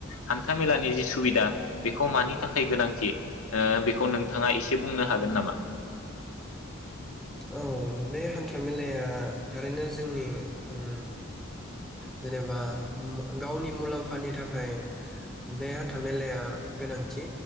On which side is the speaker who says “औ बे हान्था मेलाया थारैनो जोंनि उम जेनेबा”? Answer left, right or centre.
Centre